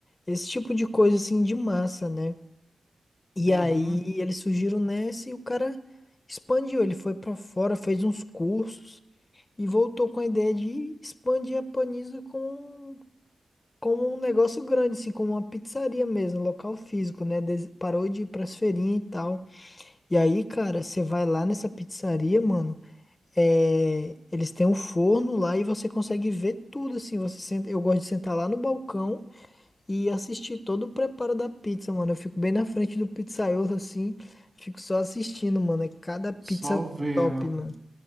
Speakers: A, on the left; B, on the right.
A: esse tipo de coisa, assim, de massa, né? E
B: Uhum.
A: aí eles surgiram nessa e o cara expandiu, ele foi pra fora, fez uns cursos e voltou com a ideia de expandir a Panisa com como um negócio grande, assim, como uma pizzaria mesmo, local físico, né? Des- parou de ir pras feirinhas e tal. E aí, cara, você vai lá nessa pizzaria, mano. é, eles têm um forno lá e você consegue ver tudo, assim. Você senta, eu gosto de sentar lá no balcão e assistir todo o preparo da pizza, mano. Eu fico bem na frente do pizzaiolo, assim. Fico só assistindo, mano. É cada pizza
B: Só vendo.
A: top, mano.